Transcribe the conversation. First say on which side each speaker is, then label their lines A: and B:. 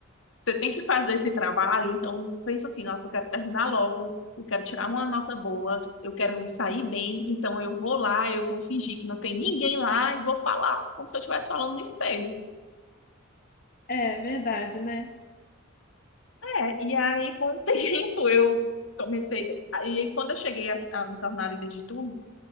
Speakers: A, on the left (about 70°); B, on the left (about 45°).
A: você tem que fazer esse trabalho, então pensa assim, nossa, eu quero terminar logo, eu quero tirar uma nota boa, eu quero me sair bem, então eu vou lá, eu vou fingir que não tem ninguém lá e vou falar, como se eu estivesse falando no espelho.
B: É verdade, né?
A: É, e aí com o <laughs> tempo eu comecei, e aí, quando eu cheguei a, a me tornar líder de turma,